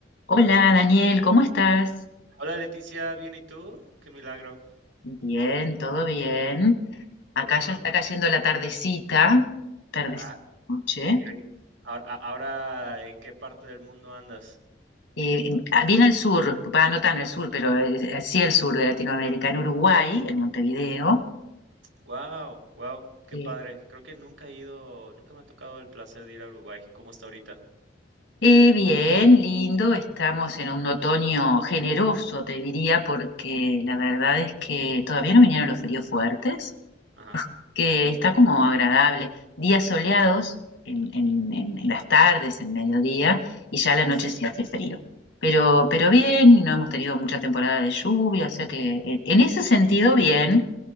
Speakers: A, on the left; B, on the right.
A: Hola Daniel, ¿cómo estás?
B: Hola Leticia, ¿bien y tú? Qué milagro.
A: Bien, todo bien. Acá
B: Qué bueno.
A: ya está cayendo la tardecita, tardecita,
B: Ah,
A: noche.
B: qué rico. Ahora, a- ahora, ¿en qué parte del mundo andas?
A: Eh, bien al sur, va, no tan al sur, pero eh, sí al sur de Latinoamérica, en Uruguay, en Montevideo.
B: Wow, wow, qué
A: Eh,
B: padre. Creo que nunca he ido, nunca me ha tocado el placer de ir a Uruguay. ¿Cómo está ahorita?
A: eh, bien, lindo, estamos en un otoño generoso, te diría, porque la verdad es que todavía no vinieron los fríos fuertes.
B: Ajá,
A: que está como agradable. Días soleados en, en- en- en las tardes, en mediodía, y ya a la noche
B: sí,
A: sí hace frío. Pero, pero
B: ya.
A: bien, no hemos tenido mucha temporada de lluvia, o sea que eh, en ese sentido bien.